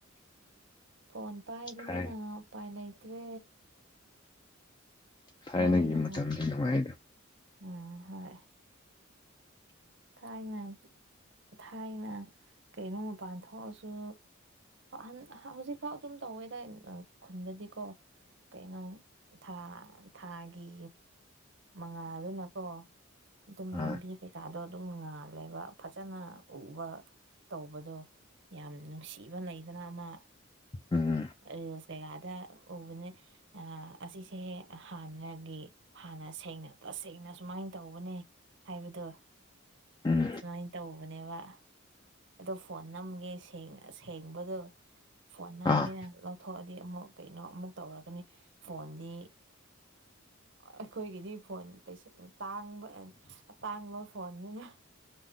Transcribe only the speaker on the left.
ꯍꯥꯏ
ꯊꯥꯏꯅꯒꯤ
ꯃꯇꯝꯗꯤ ꯅꯨꯡꯉꯥꯏꯗꯣ
ꯑꯥ
ꯎꯝ
ꯎꯝ
ꯑꯥ